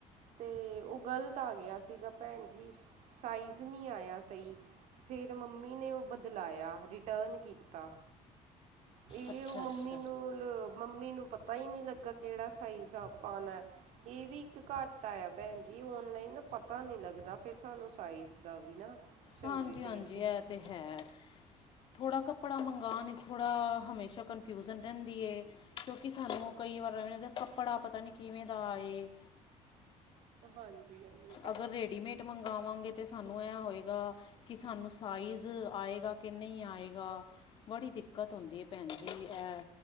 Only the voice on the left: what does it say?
ਅੱਛਾ
ਅੱਛਾ
ਹਾਂਜੀ-ਹਾਂਜੀ,
ਐ
ਤੇ ਹੈ। ਥੋੜਾ ਕੱਪੜਾ ਮੰਗਾਨ ਇਚ ਥੋੜਾ ਹਮੇਸ਼ਾ ਕਨਫਿਊਜਨ ਰੈਂਦੀ ਏ। ਕਿਉਂਕਿ ਸਾਨੂੰ ਕਈ ਵਾਰ ਐਵੇਂ ਲਗਦੈ, ਕੱਪੜਾ ਪਤਾ ਨੀ ਕਿਵੇਂ ਦਾ ਆਏ।
ਅਗਰ ਰੇਡੀਮੇਟ ਮੰਗਵਾਂਗੇ ਤੇ ਸਾਨੂੰ ਐ ਹੋਏਗਾ ਕਿ ਸਾਨੂੰ ਸਾਈਜ ਆਏਗਾ ਕੇ ਨਈ ਆਏਗਾ। ਬੜੀ ਦਿੱਕਤ ਹੋਂਦੀ ਏ ਭੈਨ ਜੀ, ਐ